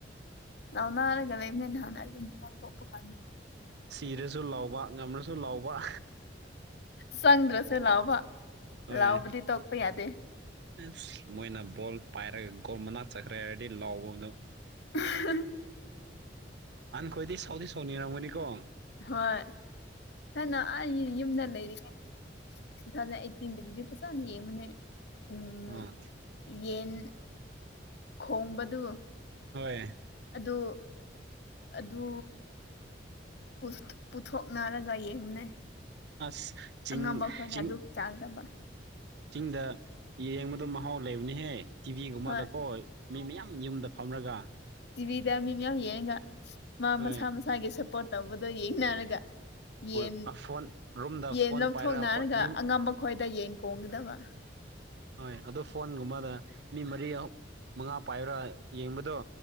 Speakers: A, on the left; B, on the right.
A: ꯂꯥꯎꯅꯔꯒ ꯂꯩꯕꯅꯦ ꯅꯍꯥꯟ ꯑꯩꯖꯨ ꯑꯃꯨꯛꯀ <inaudible>
B: ꯁꯤꯔꯁꯨ ꯂꯥꯎꯕ ꯉꯝꯔꯁꯨ ꯂꯥꯎꯕ
A: ꯆꯪꯗ꯭ꯔꯁꯨ ꯂꯥꯎꯕ
B: ꯍꯣꯏ
A: ꯂꯥꯎꯕꯗꯤ ꯇꯣꯛꯄ ꯌꯥꯗꯦ
B: ꯑꯁ ꯃꯣꯏꯅ ꯕꯣꯜ ꯄꯥꯏꯔꯒ ꯒꯣꯜ ꯃꯅꯥꯛ ꯆꯠꯈ꯭ꯔꯦ ꯍꯥꯏꯔꯗꯤ ꯂꯥꯎꯕꯗꯣ
A: ꯎ <unintelligible>
B: ꯑꯍꯟꯈꯣꯏꯗꯤ ꯁꯥꯎꯗꯤ ꯁꯥꯎꯅꯤꯡꯔꯝꯒꯅꯤꯀꯣ
A: ꯍꯣꯏ ꯊꯥꯏꯅ ꯑꯩ ꯌꯨꯝꯗ ꯂꯩꯔꯤꯉꯩ ꯇꯨ ꯊꯥꯎꯖꯟ ꯑꯥꯏꯇꯤꯟꯒꯤꯗꯨꯗꯤ ꯐꯖꯅ ꯌꯦꯡꯕꯅꯦ ꯎꯝ
B: ꯑꯥ
A: ꯌꯦꯟ ꯈꯣꯡꯕꯗꯨ
B: ꯍꯣꯏ
A: ꯑꯗꯨ ꯑꯗꯨ ꯄꯨꯠ ꯄꯨꯊꯣꯛꯅꯔꯒ ꯌꯦꯡꯕꯅꯦ
B: ꯑꯁ ꯆꯤꯡ
A: ꯑꯉꯝꯕ ꯈꯣꯏꯅ
B: ꯆꯤꯡ
A: ꯑꯗꯨ ꯆꯥꯡꯗꯕ
B: ꯆꯤꯡꯗ ꯌꯦꯡꯕꯗꯣ ꯃꯍꯥꯎ ꯂꯩꯕꯅꯤꯍꯦ ꯇꯤꯚꯤꯒꯨꯝꯕꯗꯀꯣ
A: ꯍꯣꯏ
B: ꯃꯤ ꯃꯌꯥꯝ ꯌꯨꯝꯗ ꯐꯝꯔꯒ
A: ꯇꯤꯕꯤꯗꯥ ꯃꯤ ꯃꯌꯥꯝ ꯌꯦꯡꯉꯒꯥ ꯃꯥ
B: ꯍꯣꯏ
A: ꯃꯁꯥ ꯃꯁꯥꯒꯤ ꯁꯄꯣꯔꯠ ꯇꯧꯕꯗꯣ ꯌꯦꯡꯅꯔꯒ ꯌꯦꯟ
B: ꯍꯣꯏ ꯐꯣꯟ ꯔꯨꯝꯗ
A: ꯌꯦꯟ
B: ꯐꯣꯟ
A: ꯂꯧꯊꯣꯛꯅꯔꯒ
B: ꯄꯥꯏꯔꯒ ꯐꯣꯟ ꯃꯤ
A: ꯑꯉꯝꯕ ꯈꯣꯏꯗ ꯌꯦꯟ ꯀꯣꯡꯒꯗꯕ
B: ꯍꯣꯏ ꯑꯗꯨ ꯐꯣꯟꯒꯨꯝꯕꯗ ꯃꯤ ꯃꯔꯤ ꯃꯪꯉꯥ ꯄꯥꯏꯔꯥ ꯌꯦꯡꯕꯗꯣ